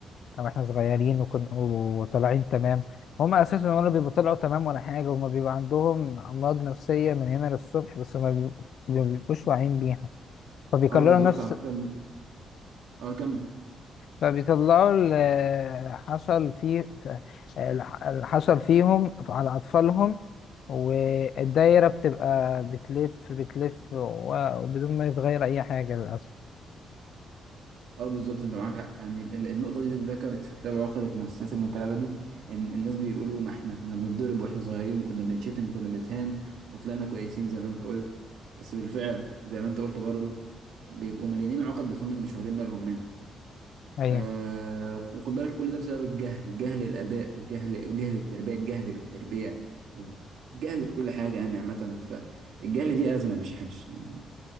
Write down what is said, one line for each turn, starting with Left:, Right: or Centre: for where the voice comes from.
Left: أو احنا صغيرين وكن وطالعين تمام هما أساسا ولا بيبقوا طلعوا تمام ولا حاجة هما بيبقى عندهم أمراض نفسية من هنا للصبح بس ما بيبقوا- ما بيبقوش واعيين بيها فبيكرروا
Right: اه بالظبط
Left: نفس
Right: على فكرة ممكن- اه كمل
Left: فبيطلعوا اللي حصل فيه اللي حصل فيهم على أطفالهم والدايرة بتبقى بتلف بتلف و- وبدون ما يتغير أي حاجة للأسف
Right: اه بالظبط انت معاك حق يعني ال- ال- النقطه دي اتذكرت في كتاب عقدك من السياسه من الكلابه دي ان الناس بيقولوا ما احنا كنا بنتضرب واحنا صغيرين وكنا بنتشتم وكنا بنتهان وطلعنا كويسين زي ما انت قلت بس بالفعل زي ما انت قلت برضه بيبقوا مليانين عقد بس هم اللي مش واخدين بالهم منها
Left: أيوة
Right: آه وخد بالك كل ده بسبب الجهل جهل الآباء وجهل وجهل التربية الجهل بالتربية والجهل بكل حاجة يعني عامة فالجهل دي أزمة مش مش يعني